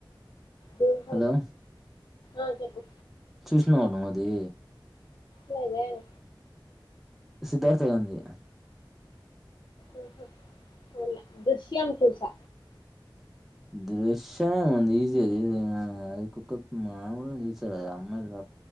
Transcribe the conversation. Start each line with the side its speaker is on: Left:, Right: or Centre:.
Left: దుర్హం
Centre: హలో
Left: ఆ చెప్పు
Centre: చూసినవ ఆది
Left: లేదే ఏమ్
Centre: సిద్ధార్థ గానిది
Left: ఆహ చూడాలా దృశ్యం చూసా
Centre: దృశ్యం ఈజీ అది కుక్క మామూలుగా చూస్తారు ఆది అమ్మాయిలు